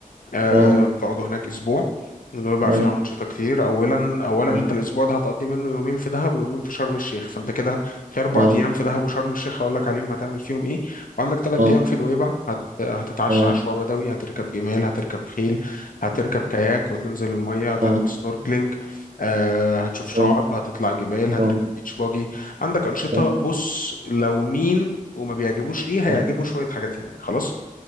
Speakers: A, on the left (about 70°); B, on the right (about 60°).
A: آه،
B: اه
A: بتقعدوا هناك اسبوع بيبقى
B: اه
A: فيها انشطه كتير اولا اولا
B: اه
A: انت الاسبوع ده هتقضي منه يومين في دهب ويومين في شرم الشيخ فانت كده في اربع
B: اه
A: ايام في دهب وشرم الشيخ هقول لك عليهم هتعمل فيهم ايه وعندك ثلاث
B: اه
A: ايام في نويبع هت... هتتعشى
B: اه اه
A: عشوه بدوي هتركب جمال هتركب خيل هتركب كاياك وتنزل الميه هتعمل
B: اه
A: سنوركلينج آه هتشوف شعاب
B: اه
A: هتطلع جبال هتركب
B: اه
A: بيتش باجي عندك انشطه
B: اه
A: بص لو مين وما بيعجبوش ايه هيعجبه
B: اه
A: شويه حاجات هناك خلاص